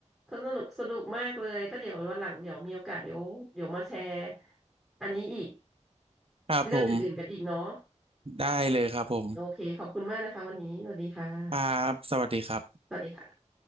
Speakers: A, in the centre; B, on the right (about 50°).
A: ก็สนุกสนุกมากเลยก็เดี๋ยววันหลังเดี๋ยวมีโอกาสเดี๋ยวเดี๋ยวมาแชร์อันนี้อีก
B: ครับผม
A: เรื่องอื่นๆกันอีกเนาะ
B: ได้เลยครับผม
A: โอเคขอบคุณมากนะคะวันนี้สวัสดีค่ะ
B: ครับสวัสดีครับ
A: สวัสดีค่ะ